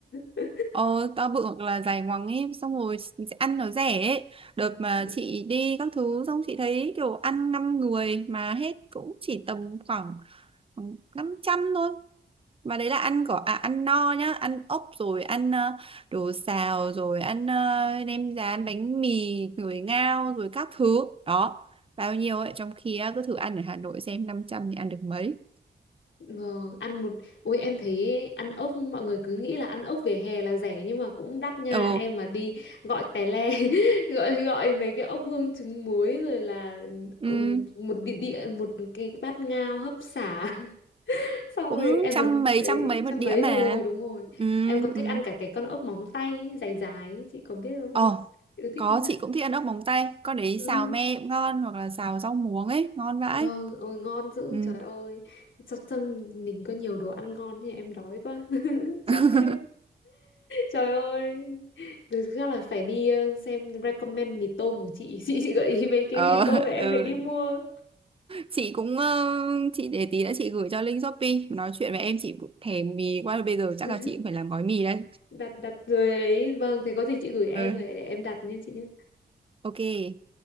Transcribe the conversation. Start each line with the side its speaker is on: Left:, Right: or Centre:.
Left: <laughs>
Right: Ờ, to bự hoặc là dài ngoằng ấy xong rồi chị sẽ ăn nó rẻ ấy. Đợt mà
Left: Ừ.
Right: chị đi các thứ xong chị thấy kiểu ăn 5 người mà hết cũng chỉ tầm khoảng 500 thôi mà đấy là ăn cỏ à, ăn no nhá ăn ốc rồi ăn ờ, đồ xào rồi ăn ờ, nem rán bánh mì người ngao rồi các thứ đó bao nhiêu ấy trong khi á, cứ thử ăn ở Hà Nội xem 500 thì ăn được mấy
Left: Vâng, ăn một ôi em thấy ăn ốc mọi người cứ nghĩ là ăn ốc vỉa hè là rẻ nhưng mà cũng đắt nha
Right: ồ
Left: em mà đi gọi tè le <laughs> gọi gọi mấy cái ốc hương trứng muối rồi là
Right: ừ,
Left: ừm,
Right: <laughs>
Left: một địa địa một cái bát ngao hấp xả <laughs> xong
Right: cũng
Left: rồi em
Right: trăm
Left: còn
Right: mấy
Left: đấy
Right: trăm mấy một
Left: trăm
Right: đĩa
Left: mấy
Right: mà
Left: rồi đúng rồi
Right: ừ,
Left: em còn thích
Right: ừ.
Left: ăn cả cái con ốc móng tay ý, dài dài ý, chị có biết không
Right: Ờ,
Left: <laughs> chị có thích
Right: có
Left: không <laughs>
Right: chị cũng thích ăn ốc móng tay, con đấy
Left: Ừ.
Right: xào me cũng ngon hoặc là xào rau muống ấy, ngon vãi.
Left: vâng ôi ngon dữ
Right: Ừ.
Left: trời ơi sao, sao mình có nhiều đồ ăn ngon thì em đói quá <laughs> chắc
Right: <laughs>
Left: em Trời ơi, thực ra là phải đi ờ, xem recommend mì tôm của chị. <laughs> Chị, chị gợi ý mấy cái
Right: Ờ,
Left: mì tôm để em
Right: ừ.
Left: phải đi mua.
Right: Chị cũng ờ, chị để tí nữa chị gửi cho link Shopee, nói chuyện với em chị thèm mì quá bây giờ chắc
Left: <laughs>
Right: là chị cũng phải làm gói mì đây.
Left: Đặt đặt rồi ấy. Vâng, thế có gì chị gửi em
Right: Ừ,
Left: rồi để em đặt nha chị nhé.
Right: ok.